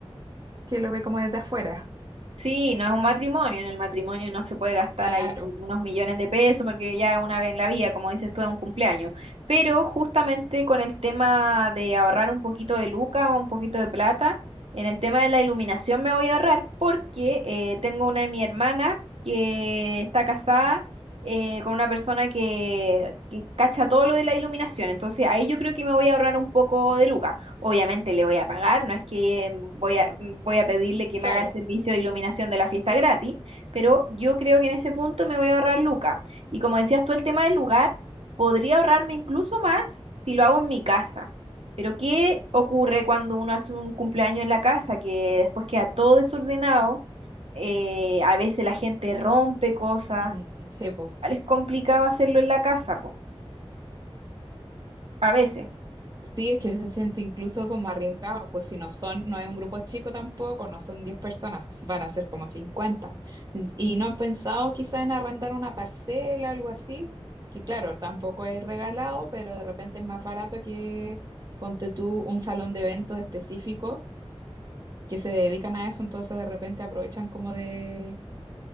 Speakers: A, on the right; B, on the right.
A: que lo ve como desde afuera.
B: Sí, no es un matrimonio. En el matrimonio no se puede gastar
A: Claro,
B: ahí unos millones de pesos porque ya una vez en la vida, como dices tú, es un cumpleaños. Pero justamente con el tema de ahorrar un poquito de luca o un poquito de plata, en el tema de la iluminación me voy a ahorrar porque eh, tengo una de mi hermana que está casada eh, con una persona que, que cacha todo lo de la iluminación. Entonces ahí yo creo que me voy a ahorrar un poco de lucas. Obviamente le voy a pagar, no es que mm, voy a, mm, voy a pedirle que me
A: claro.
B: haga el servicio de iluminación de la fiesta gratis, pero yo creo que en ese punto me voy a ahorrar lucas. Y como decías tú, el tema del lugar, podría ahorrarme incluso más si lo hago en mi casa. Pero ¿qué ocurre cuando uno hace un cumpleaños en la casa que después queda todo desordenado? eh, a veces la gente rompe cosas,
A: Mm, sí, pues.
B: Igual es complicado hacerlo en la casa, po, a veces,
A: Sí, es que se siente incluso como arriesgado, pues si no son, no es un grupo chico tampoco, no son 10 personas, van a ser como cincuenta Mm, Y no han pensado quizá en arrendar una parcela, algo así, que claro, tampoco es regalado, pero de repente es más barato que ponte tú un salón de eventos específico que se dedican a eso, entonces de repente aprovechan como de,